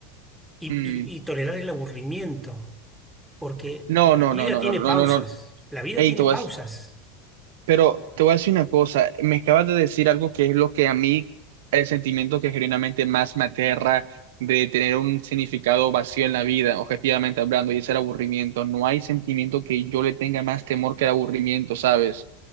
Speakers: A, in the centre; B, on the right.
A: Y,
B: mm,
A: y- y tolerar el aburrimiento, porque
B: no,
A: la
B: no,
A: vida
B: no, no,
A: tiene
B: no, no,
A: pausas,
B: no. no.
A: la vida
B: Ey,
A: tiene
B: te voy
A: pausas.
B: a- Pero te voy a decir una cosa, me acabas de decir algo que es lo que a mí, el sentimiento que genuinamente más me aterra de tener un significado vacío en la vida, objetivamente hablando, y es el aburrimiento. No hay sentimiento que yo le tenga más temor que el aburrimiento, ¿sabes?